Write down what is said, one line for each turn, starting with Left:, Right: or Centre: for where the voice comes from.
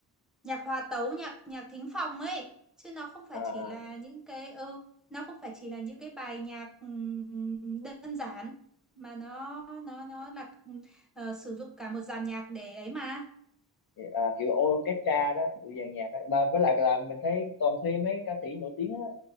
Centre: nhạc hòa tấu nhạc nhạc thính phòng ấy chứ nó không phải
Left: à, à,
Centre: chỉ là những cái ừ nó không phải chỉ là những cái bài nhạc ừm, đơn giản mà nó nó nó là ờ, sử dụng cả một dàn nhạc để ấy mà
Left: à, kiểu orchestra đó kiểu dàn nhạc đó. mà với lại là mình thấy toàn thuê mấy ca sĩ nổi tiếng á